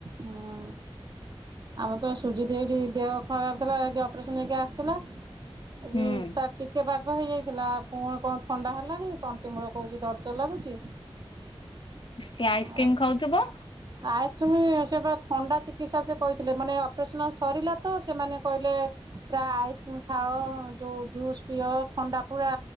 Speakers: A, on the right; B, on the left.
A: ହୁଁ ଆମେ ତ ସୁଜିତ ଏଇଠି ଦେହ ଖରାପ ଥିଲା ଅପରେସନ ହେଇକି ଆସିଥିଲା ଏଠି
B: ହୁଁ
A: ତା ଟିକେ ବା ହେଇଯାଇଥିଲା ପୁଣି କଣ ଥଣ୍ଡା ହେଲାଣି ତଣ୍ଟିମୂଳ କହୁଛି ଦର୍ଜ ଲାଗୁଛି।
B: ସି ଆଇସ୍କ୍ରିମ୍
A: ଆଉ
B: ଖାଉଥିବ।
A: ଆଇସ୍କ୍ରିମ ସେ ବା ଥଣ୍ଡା ଚିକିତ୍ସା ସେ କହିଥିଲେ ମାନେ ଅପରେସନ୍ ସରିଲା ତ ସେମାନେ କହିଲେ ପୁରା ଆଇସ୍କ୍ରିମ ଖାଅ ଯୋଉ ଜୁସ ପିଅ ଥଣ୍ଡା ପୁରା